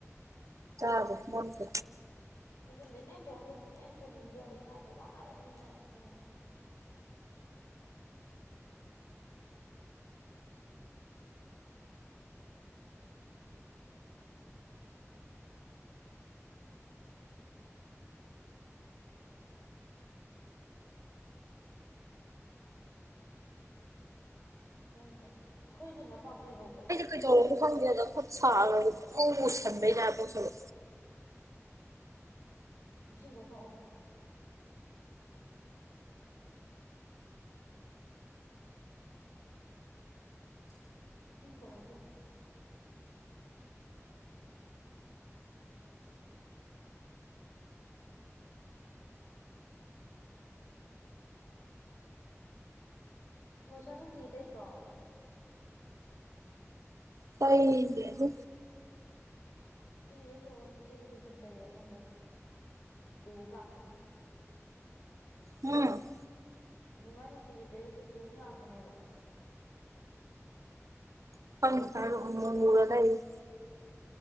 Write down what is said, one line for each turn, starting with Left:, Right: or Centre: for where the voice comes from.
Right: ꯆꯥꯗꯦ <unintelligible>
Left: ꯑꯩ ꯌꯨꯝꯗꯩ ꯀꯩꯝ ꯄꯨꯔꯛꯇꯦ ꯀꯩꯝ ꯄꯨꯅꯤꯡꯗ꯭ꯔꯕ ꯏꯁꯥꯖꯦ ꯋꯥꯔꯕꯅꯤꯅ ꯑꯪ ꯈꯪꯇ꯭ꯔꯦ ꯑꯩꯈꯣꯏꯒꯤ ꯅꯄꯥꯄꯤ ꯍꯧꯕ꯭ꯔꯣ
Right: ꯀꯩꯗꯧꯔꯝꯅꯣ ꯈꯪꯗ꯭ꯔꯦꯗ ꯈꯨꯠ ꯁꯥꯒꯖꯦ ꯄꯨꯡꯃꯨ ꯃꯨꯁꯟꯕꯩ ꯇꯥꯏꯞ ꯇꯧꯁꯜꯂꯦ
Left: ꯏꯡꯁꯤꯡꯗꯣ ꯊꯛꯑꯣ <unintelligible> ꯏꯁꯤꯡ ꯊꯣꯛꯑꯣ ꯏꯁꯤꯡ ꯂꯣꯁꯟ ꯅꯨꯡꯇꯤꯒꯤ ꯇꯩꯗ꯭ꯔꯣ
Right: ꯇꯩꯔꯤꯅꯦꯕꯨ
Left: ꯅꯨꯡꯇꯤꯒꯤ ꯏꯔꯨꯊꯣꯛꯑꯣ ꯅꯨꯡꯇꯤꯒꯤ ꯂꯣꯁꯟ ꯇꯩꯌꯣ ꯑꯗꯨꯝ ꯉꯧ ꯆꯨ ꯑꯝ ꯂꯥꯛꯄꯅꯤ
Right: ꯍꯨꯝ
Left: ꯑꯗꯨꯃꯥꯥꯏꯅ ꯅꯨꯡꯇꯤꯒꯤ ꯇꯪꯌꯨ ꯀꯨꯆꯨ ꯑꯝ ꯂꯥꯛꯄꯅꯦꯕ
Right: <unintelligible>